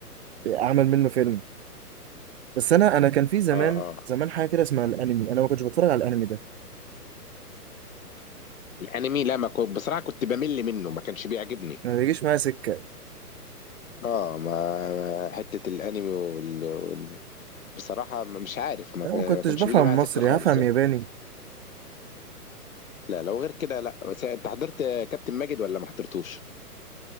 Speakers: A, on the right (about 40°); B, on the left (about 55°).
A: عمل منه فيلم بس انا انا كان في زمان
B: اه اه
A: زمان حاجه كده اسمها الانمي انا ما كنتش بتفرج على الانمي ده
B: الانمي لا ما كنت بصراحة كنت بمل منه ما كانش بيعجبني
A: ما بيجيش معايا سكه
B: اه ما ما- حتة الانمي وال... وال- بصراحة مش عارف ما
A: انا
B: ما
A: ما كنتش
B: كانش
A: بفهم
B: بيجي معايا سكة
A: مصري
B: خالص
A: هفهم
B: يعني
A: ياباني
B: لا لو غير كده لا بس انت حضرت كابتن ماجد ولا ما حضرتوش؟